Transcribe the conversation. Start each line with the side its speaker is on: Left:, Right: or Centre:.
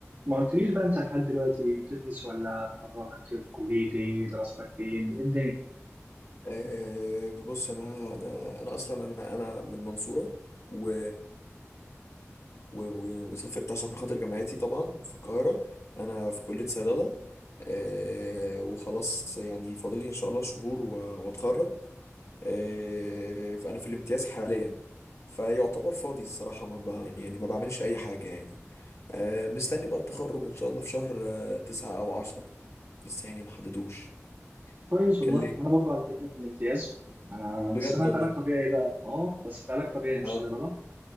Right: ما قلتليش بقى انت لحد دلوقتي بتدرس ولا اتخرجت في كلية ايه دراستك فين ايه الدنيا
Left: أه بص انا انا انا اصلا انا انا من المنصوره و و- و- يعني وسافرت عشان خاطر جامعتي طبعا في القاهره انا في كليه صيدله أه وخلاص يعني فاضل لي ان شاء الله شهور و- واتخرج أه فانا في الامتياز حاليا فيعتبر فاضي الصراحه ما ب... يعني ما بعملش اي حاجه يعني أه مستني بقى التخرج ان شاء الله في شهر آه، تسعة او عشرة لسه يعني محددوش
Right: كويس والله
Left: كان لي
Right: انا برضه على فكرة في الامتياز انا
Left: بجد
Right: بس انا
Left: والله
Right: في علاج طبيعي بقى اه بس في علاج طبيعي مش
Left: اه
Right: صيدلة